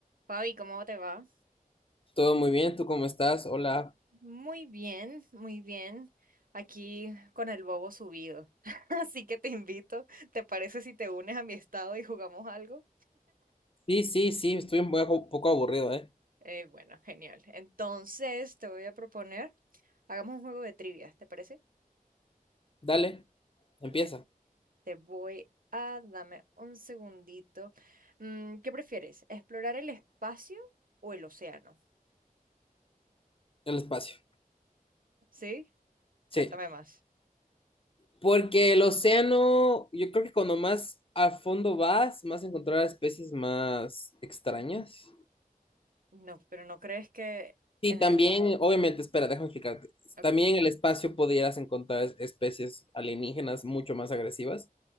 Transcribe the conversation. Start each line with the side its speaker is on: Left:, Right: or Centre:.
Right: Fabi, ¿cómo te va?
Left: Todo muy bien, ¿tú cómo estás? Hola.
Right: Muy bien, muy bien. Aquí con el bobo subido. <laughs> Así que te invito, ¿te parece si te unes a mi estado y jugamos algo?
Left: Sí, sí, sí, estoy un poco, poco aburrido, ¿eh?
Right: Eh, bueno, genial. Entonces te voy a proponer, hagamos un juego de trivia, ¿te parece?
Left: Dale, empieza.
Right: Genial. Te voy a, dame un segundito. Mm, ¿qué prefieres? ¿Explorar el espacio o el océano?
Left: El espacio.
Right: ¿Sí?
Left: Sí.
Right: Cuéntame más.
Left: Porque el océano, yo creo que cuando más al fondo vas, más encontrarás especies más extrañas.
Right: No, pero ¿no crees que
Left: Y
Right: en
Left: también,
Right: el...
Left: obviamente, espera, déjame explicarte.
Right: Ok,
Left: También en el espacio podrías encontrar es- especies alienígenas mucho más agresivas.